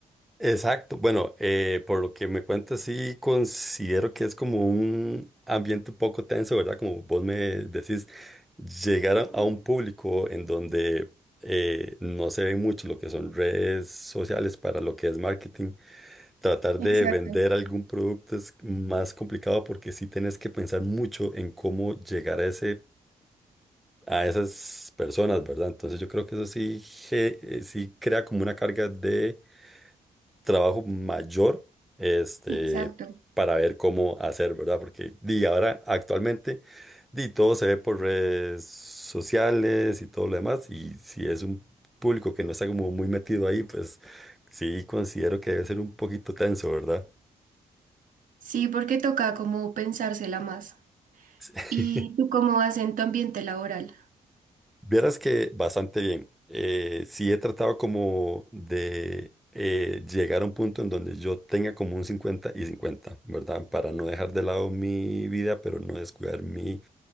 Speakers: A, in the centre; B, on the right (about 65°).
A: Exacto. Bueno, eh, por lo que me cuentas, sí considero que es como un ambiente un poco tenso, ¿verdad? Como vos me decís, llegar a, a un público en donde eh, no se ve mucho lo que son redes sociales para lo que es marketing. Tratar de
B: Exacto,
A: vender algún producto es más complicado porque sí tenés que pensar mucho en cómo llegar a ese, a esas personas, ¿verdad? Entonces yo creo que eso sí, ge- eh, sí crea como una carga de trabajo mayor este,
B: exacto.
A: para ver cómo hacer, ¿verdad? Porque di, ahora actualmente di, todo se ve por redes sociales y todo lo demás, y si es un público que no está como muy metido ahí, pues sí considero que debe ser un poquito tenso, ¿verdad?
B: Sí, porque toca como pensársela más.
A: <laughs>
B: ¿Y tú cómo vas en tu ambiente laboral?
A: Vieras que bastante bien. Eh, sí he tratado como de eh, llegar a un punto en donde yo tenga como un cincuenta y cincuenta ¿verdad? Para no dejar de lado mi vida, pero no descuidar mi